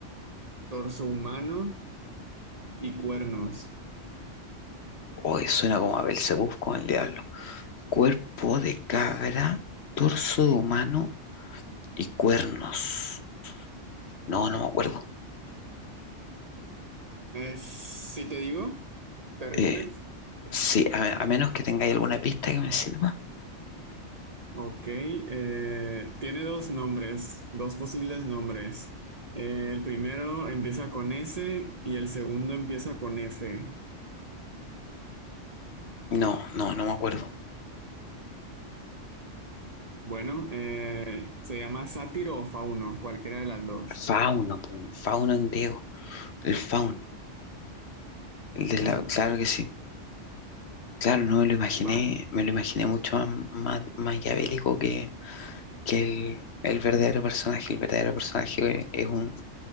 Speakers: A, on the right; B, on the left.
A: torso humano y cuernos.
B: Hoy suena como a Belcebú con el diablo. Cuerpo de cabra,
A: <laughs>
B: torso de humano y cuernos. No, no me acuerdo.
A: Eh, si te digo, ¿te rindes?
B: Eh, sí, a, me- a menos que tengáis alguna pista que me sirva.
A: Ok, eh, tiene dos nombres, dos posibles nombres. Eh, el primero empieza con S y el segundo empieza con F.
B: No, no, no me acuerdo.
A: Bueno, eh, se llama sátiro o fauno, cualquiera de las dos.
B: Fauno, pum, fauno en griego. El Faun, el de
A: <laughs>
B: la, claro que sí. Claro, no me lo imaginé,
A: Va.
B: me lo imaginé mucho más, más maquiavélico que, que el, el verdadero personaje. El verdadero personaje es un,